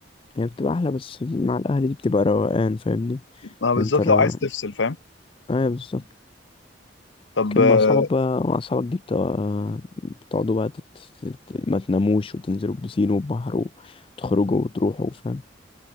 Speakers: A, on the left; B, on the left.
A: يعني بتبقى أحلى بس مع الأهل دي بتبقى روقان فاهمني
B: ما بالذات
A: أنت الروقان
B: لو عايز تفصل فاهم
A: أيوة بالظبط
B: طب
A: لكن
B: آه،
A: مع أصحابك بقى مع أصحابك دي بتبقى بتقعدوا بقى تت... تت- ما تناموش وتنزلوا البسين والبحر وتخرجوا وتروحوا فاهم